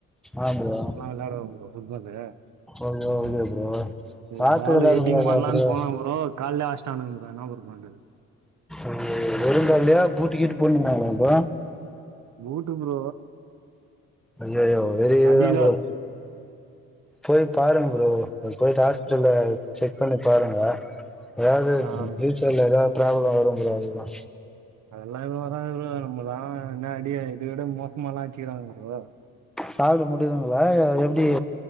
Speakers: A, in the centre; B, on the right (about 70°).
A: ஆ ப்ரோ
B: ளாடுவோம்பு bro football
A: okay okay bro
B: ஏ
A: பாத்து
B: பாலு
A: வெளாட
B: எட்டிங்
A: கூடாதா
B: பண்ணலான்னு
A: ப்ரோ
B: போனான் ப்ரோ கால்லே அஸ்டானுங் ப்ரோ என்ன பன்றது
A: ம் வெருங்கால்லையா பூட்டு கிட்டு போண்ணுந்தாங்களா ப்ரோ
B: பூட்டு ப்ரோ
A: ஐயோ ஐயோ வெளியவே
B: அடிடாஸ்
A: தா ப்ரோ போய் பாருங்க ப்ரோ அது போயிட்டாஷ் இதுல செக் பண்ணி பாருங்க எதாவது
B: ஆ ப்ரோ
A: ஃப்யூச்சர்ல எதாவது ப்ராப்ளோ வரு ப்ரோ அதுதா
B: அதெல்லா எதுவு வராது ப்ரோ நம்மதா என்ன அடி இதுதோட மோசமலா அச்சுகிறாங்க ப்ரோ
A: சாப்ட முடியுதுங்ளா எப்டி